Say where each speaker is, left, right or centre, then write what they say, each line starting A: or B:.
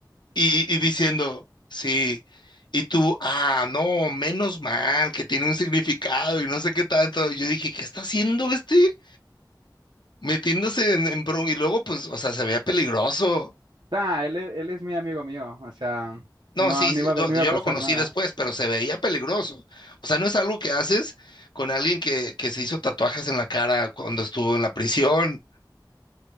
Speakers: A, on the left; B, on the right.
A: y, y diciendo, sí. Y tú, ah, no, menos mal, que tiene un significado y no sé qué tanto. Y yo dije, ¿qué está haciendo este? metiéndose en, en bron- y luego pues, o sea, se veía peligroso.
B: Ah, él, es- él es muy amigo mío, o sea,
A: No,
B: no,
A: sí,
B: no
A: sí,
B: iba, a-
A: yo,
B: no iba
A: yo
B: a pasar
A: lo conocí
B: nada.
A: después, pero se veía peligroso. O sea, no es algo que haces con alguien que, que se hizo tatuajes en la cara cuando estuvo en la prisión.